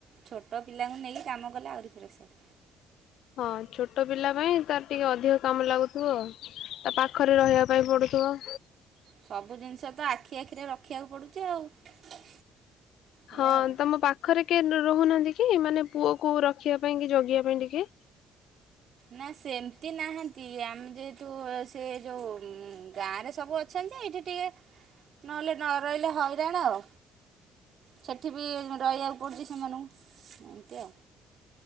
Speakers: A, on the right; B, on the left.
A: ଛୋଟ ପିଲାଙ୍କୁ ନେଇକି କାମ କଲେ ଆଉରି ପ୍ରେସର।
B: ହଁ ଛୋଟ ପିଲା ପାଇଁ ତାର ଟିକେ ଅଧିକ କାମ ଲାଗୁଥିବ ଆଉ। ତା ପାଖରେ ରହିବା ପାଇଁ ପଡୁଥିବ।
A: ସବୁ ଜିନିଷ ତ ଆଖି ଆଖିରେ ରଖିବାକୁ ପଡୁଚି ଆଉ। ଏଇଆ
B: ହଁ
A: ଆଉ।
B: ତମ ପାଖରେ କିଏ ରହୁନାହାନ୍ତି କି ମାନେ ପୁଅକୁ ରଖିଆ ପାଇଁ କି ଜଗିବା ପାଇଁ ଟିକେ?
A: ନା ସେମିତି ନାହାନ୍ତି ଆମେ ଯେ ଯୋଉ ସେ ଯୋଉ ଗାଁରେ ସବୁ ଅଛନ୍ତି ଯେ ଏଇଠି ଟିକେ ନହଲେ। ନ ରହିଲେ ହଇରାଣ ଆଉ। ସେଠି ବି ରହିବାକୁ ପଡୁଚି ସେମାନଙ୍କୁ ଏମିତି ଆଉ।